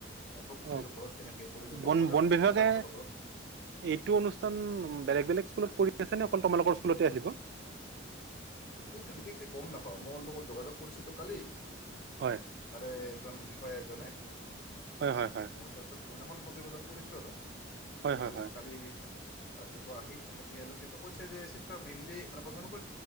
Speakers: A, on the left; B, on the right.
A: মানে প্ৰকৃতিৰ
B: অ
A: ওপৰত কেনেকে পৰিৱেশক
B: বন
A: সজাগ
B: বন বিভাগে
A: সজাগতাৰ ওপৰত
B: এইটো অনুষ্ঠান বেলেগ বেলেগ স্কুলত কৰি আছ নে অকল তোমালোকৰ স্কুলতে আহিব।
A: সেইটো বিশেষকে গম নাপাও মোৰ লগত যোগাযোগ কৰিছে তো কালি।
B: হয়
A: তাৰে একজন বি হয় এজনে।
B: হয় হয় হয়।
A: মই তাৰপিছত মানে সন্মতি প্ৰদান কৰিছো আৰু।
B: হয়
A: তেওঁ
B: হয় হয়
A: কালি ৰাতিপুৱা আহি এতিয়ালৈকেতো কৈছে যে চিত্ৰ মেইনলি মানে প্ৰধানকৈ